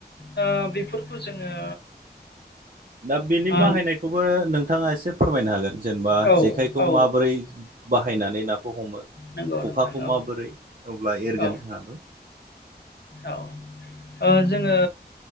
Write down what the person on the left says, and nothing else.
ओ बेफोरखौ जोङो
ओ
औ
औ
नंगौ
नोंथां औ
औ
औ ओ जोङो